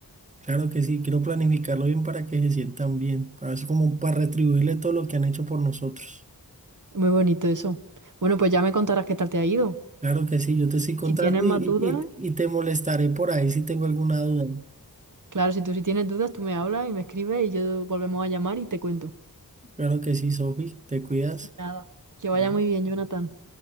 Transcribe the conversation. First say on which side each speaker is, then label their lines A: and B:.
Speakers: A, on the right; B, on the right.
A: Claro que sí, quiero planificarlo bien para que se sientan bien, para eso como para retribuirle todo lo que han hecho por nosotros.
B: Muy bonito eso. Bueno, pues ya me contarás qué tal te ha ido.
A: Claro que sí, yo te estoy
B: Y
A: contando
B: Si tienes más
A: y,
B: dudas,
A: y, y y te molestaré por ahí si tengo alguna duda.
B: claro, si tú si tienes dudas, tú me hablas y me escribes y yo volvemos a llamar y te cuento.
A: Claro que sí, Sofi, te cuidas.
B: Nada. Que vaya
A: Chao.
B: muy bien, Jonathan.